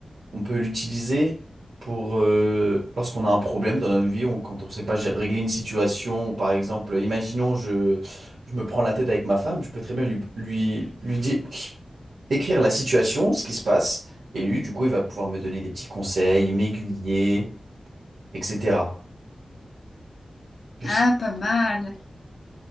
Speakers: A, on the right; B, on the left.
A: On peut l'utiliser pour euh, lorsqu'on a un problème dans notre vie, on, quand on ne sait pas gérer- régler une situation, ou par exemple, imaginons je, je me prends la tête avec ma femme, je peux très bien lui, lui, lui dire, écrire la situation, ce qui se passe, et lui, du coup, il va pouvoir me donner des petits conseils, m'aiguiller, etc. Je
B: Ah,
A: sais.
B: pas mal.